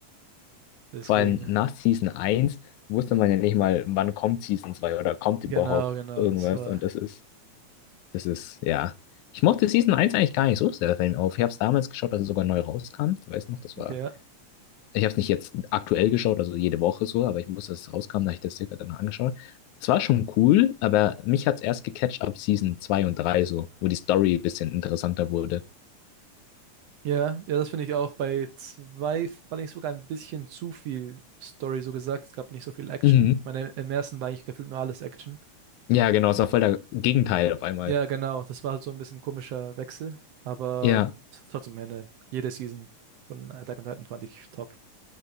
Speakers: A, on the right (about 70°); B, on the left (about 80°).
A: deswegen.
B: Vor allem nach Season 1 wusste man ja nicht mal, wann kommt Season 2 oder kommt überhaupt
A: Genau, genau,
B: irgendwas.
A: das war,
B: Und das ist, das ist, ja. Ich mochte Season eins eigentlich gar nicht so sehr, fällt mir auf. Ich habe es damals geschaut, als es sogar neu rauskam. Ich weiß noch, das war.
A: okay, ja.
B: Ich habe es nicht jetzt aktuell geschaut, also jede Woche so, aber ich wusste, dass es rauskam, da habe ich das circa danach angeschaut. Es war schon cool, aber mich hat es erst gecatcht ab Season 2 und 3 so, wo die Story ein bisschen interessanter wurde.
A: Ja, ja, das finde ich auch. Bei zwei fand ich sogar ein bisschen zu viel Story, so gesagt. Es gab nicht so viel Action.
B: Mhm.
A: Meine, im ersten war eigentlich gefühlt nur alles Action.
B: Ja, genau, es war voll der Gegenteil auf einmal.
A: Ja, genau. Das war halt so ein bisschen komischer Wechsel. Aber
B: Ja.
A: es hat trotzdem meine, jede Season von Attack on Titan fand ich top.